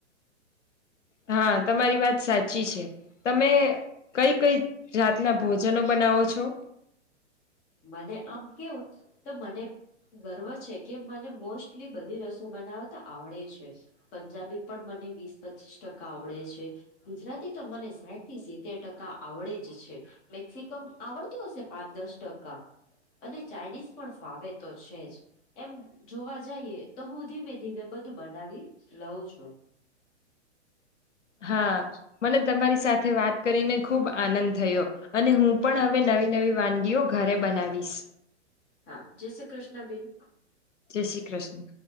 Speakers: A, on the left; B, on the left.
A: હા તમારી વાત સાચી છે તમે, કઈ કઈ જાતના ભોજનો બનાવો છો,
B: મને આમ કેવું તો મને, ગર્વ છે કે મને મોસ્ટલી બધી રસોઇ બનાવ તો આવડે છે. પંજાબી પણ મને વીસ પચીસ ટકા આવડે છે. ગુજરાતી તો મને સાઠ થી સિત્તેર ટકા આવડે જ છે મેક્સિમમ આવડતું હશે. પાંચ દસ ટકા અને ચાઇનીઝ પણ ફાવે તો છે જ. એમ જોવા જઈએ તો હું ધીમે ધીમે બધું બનાવી લઉં છું.
A: હા મને તમારી સાથે વાત કરીને ખુબ આનંદ થયો. અને હું પણ
B: હા
A: હવે નવી નવી વાનગીઓ ઘરે બનાવીશ.
B: હા જય શ કૃષ્ણ બેન.
A: જય શ્રી કૃષ્ણ.